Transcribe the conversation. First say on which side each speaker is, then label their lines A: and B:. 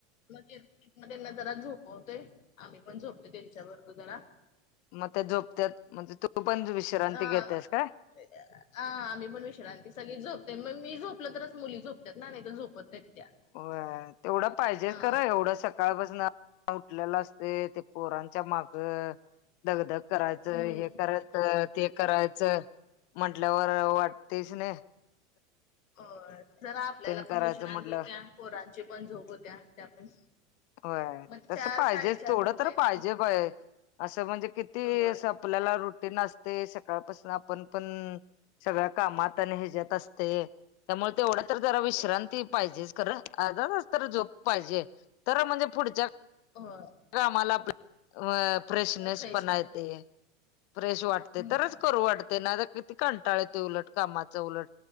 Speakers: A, on the left; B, on the left.
A: त्यांना जरा झोपवतोयं आम्ही पण झोपतो त्यांच्या बरोबर जरा
B: मग त्या झोपतात म्हणजे तू पण विश्रांती
A: हा
B: घेतेसं काय?
A: <unintelligible> हा आम्ही पण विश्रांती सगळी झोपते मग मी झोपलं तरच मुली झोपते ना नाही तर झोपत आहेत त्या
B: होय, तेवढं पाहिजे
A: हा
B: करा एवढं स सकाळपासूनं उठलेलं, असते ते पोरांच्या माग धक- धक करायचं
A: हम्म
B: करायचं हे - करायचं ते करायचं म्हंटल्यावर वाट तेचं नाय
A: हो जरा आपल्याला
B: तेन करायचं
A: पण विश्रांती
B: म्हटलं
A: होत्या, पोरांची पण झोप होत्या त्या पण
B: होय
A: मग
B: तसं
A: चार
B: पाहिजे
A: साडेचार
B: थोडं
A: ला उठायचं.
B: तर पाहिजे असं म्हणजे किती
A: होय.
B: असं आपल्याला रुटीन, असते. सकाळपासून आपण पण सगळ्या कामात आणि ह्याच्यात असते. त्यामुळे तेवढं तर जरा विश्रांती
A: हो
B: पाहिजेचं तर अर्धा, तास तर झोप पाहिजे तर म्हणजे पुढच्या
A: होय,
B: कामाला आपले अ फ्रेशनेस
A: तर फ्रेश
B: पण
A: वाटतय
B: येत फ्रेश वाटते
A: हम्म
B: तरचं करू वाटते ना कंटाळा येतो उलट, कामाचं उलट